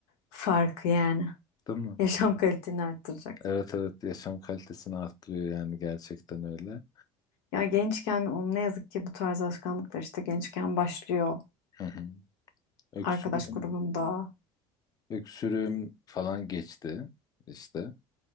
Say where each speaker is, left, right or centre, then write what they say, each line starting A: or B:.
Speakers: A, on the left; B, on the left.
A: farkı yani.
B: değil
A: <laughs>
B: mi?
A: Yaşam kaliteni arttıracaksın.
B: Evet evet yaşam kalitesini arttırıyor yani gerçekten öyle.
A: Ya gençken o ne yazık ki bu tarz alışkanlıklar işte gençken başlıyor.
B: Hı hı. Öksürüğüm,
A: Arkadaş grubunda
B: öksürüğüm falan geçti işte